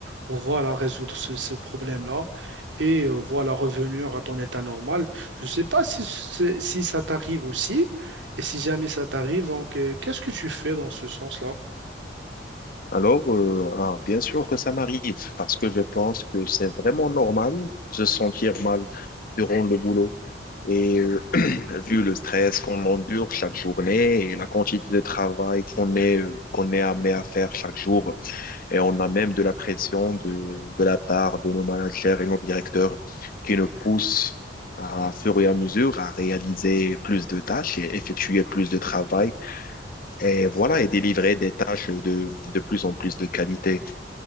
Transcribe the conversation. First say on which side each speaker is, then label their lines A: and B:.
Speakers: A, on the right; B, on the left.
A: pour voilà, résoudre ce, ce problème-là et euh, voilà, revenir à ton état normal. Je ne sais pas si, c'est- si ça t'arrive aussi. Et si jamais ça t'arrive, donc euh, qu'est-ce que tu fais dans ce sens-là?
B: Alors, euh, ah, bien sûr que ça m'arrive, parce que je pense que c'est vraiment normal de se sentir mal durant le boulot. Et euh, <clears throat> vu le stress qu'on endure chaque journée et la quantité de travail qu'on est, euh, qu'on est amené à faire chaque jour, et on a même de la pression de, de la part de nos managers et nos directeurs qui nous poussent à, fur et à mesure à réaliser plus de tâches et effectuer plus de travail. et voilà, et délivrer des tâches de, de plus en plus de qualité.